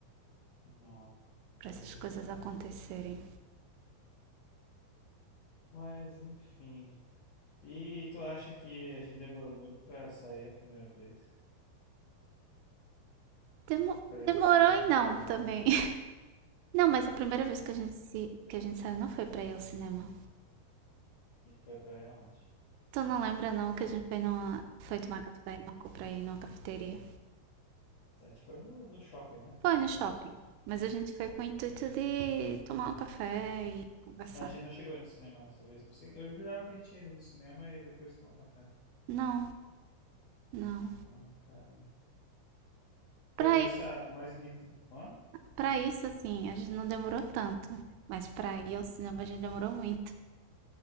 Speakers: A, on the left; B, on the right.
A: Não,
B: Pra
A: pelo
B: essas
A: visto
B: coisas
A: não.
B: acontecerem.
A: Mas enfim. E tu acha que a gente demorou muito pra sair a primeira vez?
B: Demo-
A: Pra ir
B: demorou
A: no cinema,
B: e não
A: por exemplo?
B: também. <laughs> Não, mas a primeira vez que a gente se que a gente saiu não foi pra ir ao cinema.
A: E foi pra onde?
B: Tu não lembra não que a gente foi numa... foi tomar café, marcou pra ir numa cafeteria?
A: A gente foi no, no shopping, né?
B: Foi no shopping. Mas a gente
A: Sim.
B: foi com o intuito de tomar um café e conversar.
A: A gente não chegou aí no cinema nessa vez. Eu, pensei- eu jurava que a gente tinha ido no cinema e depois tomou café.
B: Não, não.
A: Ah, caramba. Foi
B: Pra,
A: nessa.
B: i-
A: Mas, em- ó,
B: pra isso, assim, a gente não demorou tanto. Mas pra ir ao cinema a gente demorou muito.